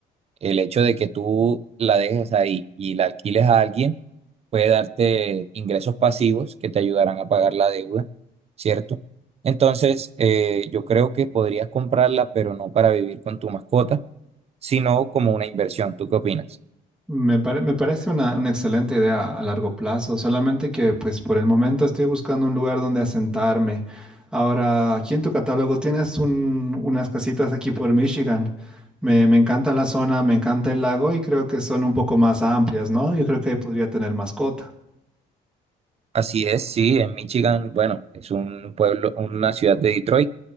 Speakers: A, on the right; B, in the centre.
A: El hecho de que tú la dejes ahí y la alquiles a alguien puede darte ingresos pasivos que te ayudarán a pagar la deuda, ¿cierto? Entonces, eh, yo creo que podrías comprarla, pero no para vivir con tu mascota, sino como una inversión. ¿Tú qué opinas?
B: Me pare- me parece una, una excelente idea a largo plazo, solamente que pues por el momento estoy buscando un lugar donde asentarme. Ahora, aquí en tu catálogo tienes un- unas casitas aquí por Michigan. Me, me encanta la zona, me encanta el lago y creo que son un poco más amplias, ¿no? Yo creo que ahí podría tener mascota.
A: Así es, sí, en Michigan, bueno, es un pueblo, una ciudad de Detroit,